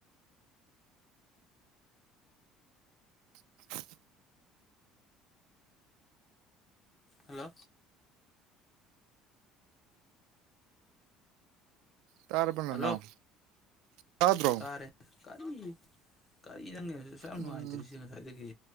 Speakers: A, on the right (about 75°); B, on the left (about 20°).
A: <unintelligible>
B: ꯍꯜꯂꯣ
A: ꯇꯥꯔꯕꯣ ꯅꯅꯥꯎ
B: ꯍꯜꯂꯣ
A: ꯇꯥꯗ꯭ꯔꯣ
B: ꯇꯥꯔꯦ ꯀꯔꯤ ꯀꯔꯤ ꯅꯪ ꯁꯨ ꯌꯥꯝ
A: ꯎꯝ
B: ꯅꯨꯡꯉꯥꯏꯇ꯭ꯔꯤꯁꯤ ꯉꯁꯥꯏꯗꯒꯤ